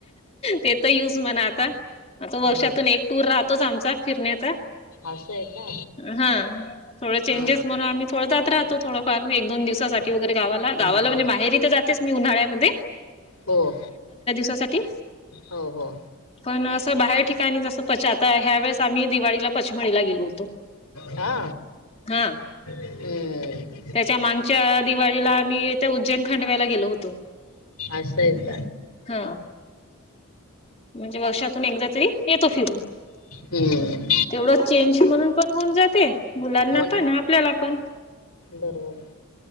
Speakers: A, on the left; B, on the left.
A: ते तर यूज म्हणा आता आता वर्षातून
B: ह
A: एक टूर राहतोच आमचा फिरण्याचा.
B: असं आहे का
A: हा थोड चेंजेस
B: हा
A: म्हणून आम्ही.. थोड जात राहतो थोडफार एक दोन दिवसासाठी.. ग
B: हम्म हम्म
A: म्हण माहेाते उन्या..
B: हो
A: तोसाठी.
B: हो हो
A: पण असं बाहेर ठिकाणी तसं पचता ह्या वेस आम्ही दिवाळीला पचमळीला गेलो होतो.
B: हा.
A: हा.
B: हम्म
A: त्याच्या मागच्या दिवाळीला आम्ही त्या उज्जैन खांडवायला गेलो होतो.
B: असेत.
A: हा म्हणजे वर्षातून एकदा तरी येतो फिरून.
B: हम्म
A: तेवढं चेंज म्हणून पण होऊन जाते मुलांना
B: हो
A: पण
B: ना
A: आपल्याला पण.
B: बरोबर.